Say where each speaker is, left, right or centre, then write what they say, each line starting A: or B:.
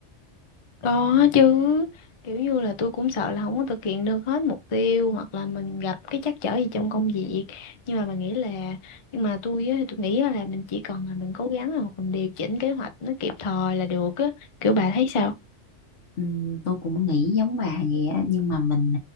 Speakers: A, on the left (about 35°); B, on the left (about 75°).
A: Có chứ, kiểu như là tôi cũng sợ là không có thực hiện được hết mục tiêu hoặc là mình gặp cái trắc trở gì trong công việc. Nhưng mà mình nghĩ là nhưng mà tôi á, thì tôi nghĩ á là mình chỉ cần là mình cố gắng là mình điều chỉnh kế hoạch nó kịp thời là được á. Kiểu bà thấy sao?
B: Ừm, tôi cũng nghĩ giống bà vậy á nhưng mà mình